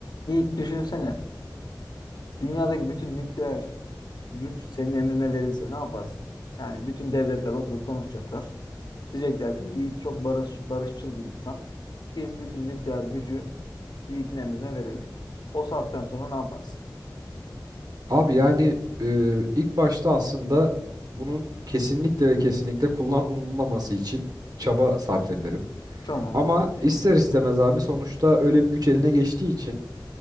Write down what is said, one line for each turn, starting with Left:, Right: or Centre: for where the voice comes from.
Left: Yiğit düşünsene. Dünyadaki bütün nükleer güç senin emrine verilse ne yaparsın? Yani bütün devletler oturup konuşacaklar. Diyecekler ki Yiğit çok barış, barışçıl bir insan. Biz bütün nükleer gücü Yiğit'in emrine verelim. O saatten sonra ne yaparsın?
Right: Abi yani e, ilk başta aslında bunun kesinlikle ve kesinlikle kullanılmaması için çaba sarf ederim.
Left: Tamam.
Right: Ama ister istemez abi sonuçta öyle bir güç eline geçtiği için